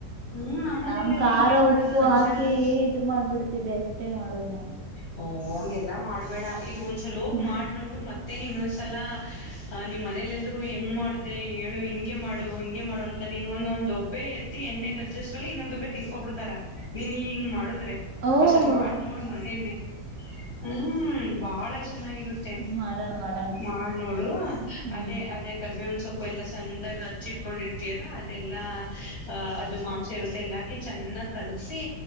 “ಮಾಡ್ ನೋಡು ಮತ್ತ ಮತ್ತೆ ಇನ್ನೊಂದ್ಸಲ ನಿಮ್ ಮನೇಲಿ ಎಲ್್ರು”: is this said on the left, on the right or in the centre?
Left